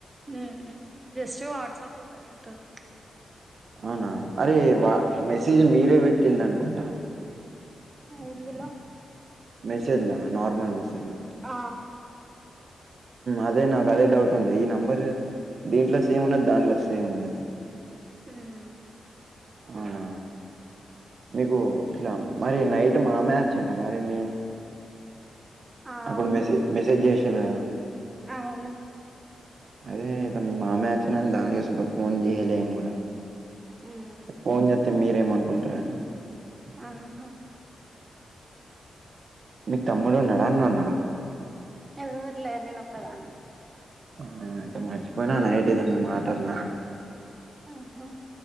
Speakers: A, on the right (about 25°); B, on the right (about 55°).
A: ఉ జస్ట్ వాట్సాప్ ఒకటి ఉంటది
B: అవునా అరే వా
A: మ్మ్
B: మెసేజ్ మీరే పెట్టిండు అనుకుంటా
A: ఎందులో
B: మెసేజ్ లో నార్మల్ మెసేజ్ లో
A: ఆ
B: అదే నాకు అదే డౌట్ ఉండే ఈ నెంబర్ దీంట్లో సేమ్ ఉన్నది దాంట్లో సేమ్ ఉన్నది
A: ఉమ్
B: అవునా మీకు ఇట్లా మరి నైట్ మామే వచ్చిండ మరి మీ
A: ఆ
B: అప్పుడు
A: అవును
B: మెసే మెసజ్షిల్లు కదా
A: అవును
B: అదే మామయ్య దాని అచ్చిండని దానికోసం ఫోన్ చేయలేము
A: ఉమ్
B: ఫోన్ చేస్తే మీరేమనుకుంటారని
A: ఆహా
B: మీకు తమ్ముడు ఉన్నాడా అన్న ఉన్నాడా
A: ఎవ్వరు లేరు నే ఒక్కదాన్నే
B: ఆ అయితే మర్చిపోయినా
A: ఆహా
B: నైట్ద మాటల్ల
A: ఆహా